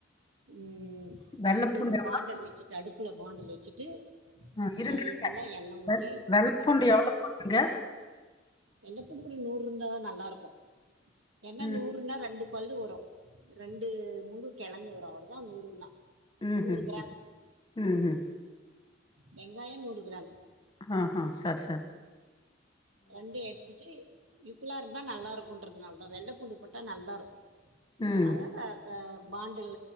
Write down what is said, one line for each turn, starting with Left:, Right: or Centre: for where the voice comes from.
Right: ம்
Left: வெள்ள
Right: இது
Left: பூண்டு எவ்ளோ?
Right: பாண்டல் வச்சுட்டு அடுப்புல பாண்டல் வச்சுட்டு
Left: ஆ இருங்க
Right: நல்லா எண்ணெய் ஊற்றி
Left: வெ வெள்ளை பூண்டு எவ்ளோ போண்ணுங்க
Right: வெள்ளைப்பூண்டுக்கு நூறு இருந்தா தா நல்லா இருக்கு என்ன
Left: ம்.
Right: நூறுன்னா ரெண்டு பல்லு வரும் ரெண்டு முழு கிழங்கு வரும் அவளதா நூறுன்னா
Left: ம்
Right: நூறு கிராம்
Left: ம்
Right: வெங்காயம் நூறு கிராம்
Left: ஆஹ சர் சர்
Right: ரெண்டு எடுத்துட்டு ஈக்குளா இருந்தா நல்லா இருக்குன்றதுனால தா வெள்ளை பூண்டு போட்டா நல்லா இருக்கு
Left: ம்.
Right: அவ சா பாண்டல்